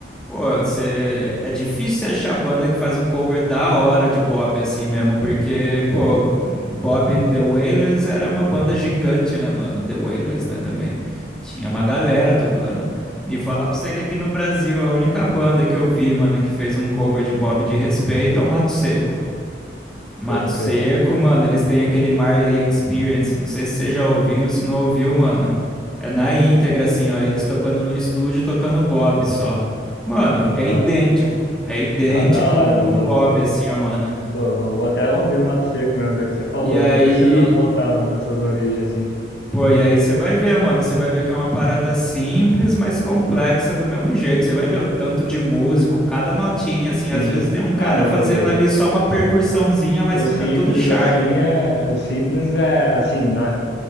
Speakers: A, in the centre; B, on the left.
A: Pô, você, é difícil você achar banda que faz um cover da hora de Bob, assim mesmo, porque, pô, Bob The Wailers era uma banda gigante, né, mano, The Wailers, né, também. Tinha uma galera tocando. E falar pra você que aqui no Brasil, a única banda que eu vi, mano, que fez um cover de Bob de respeito é o Mato Seco. Mato
B: Pode crer.
A: Seco, mano, eles têm aquele Marley Experience. Não sei se você já ouviu, se não ouviu, mano. É na íntegra, assim, ó. Eles tocando no estúdio, tocando Bob só. Mano,
B: Aham.
A: é idêntico. É idêntico
B: Da da hora,
A: o
B: mano. vou,
A: Bob,
B: vou,
A: assim, ó, mano.
B: pô, vou, vou até ouvir o Mato Seco mesmo, é que você falou
A: E
B: aí,
A: aí,
B: tô precisando voltar no- nessas origens, assim.
A: pô, e aí você vai ver, mano. Você vai ver que é uma parada simples, mas complexa do mesmo jeito. Você vai ver o tanto de músico, cada notinha, assim.
B: Sim.
A: Às vezes tem um cara
B: É, no,
A: fazendo ali
B: o-
A: só uma percussãozinha, mas
B: O
A: que
B: simples
A: dá todo charme.
B: assim é, o simples é assim, na-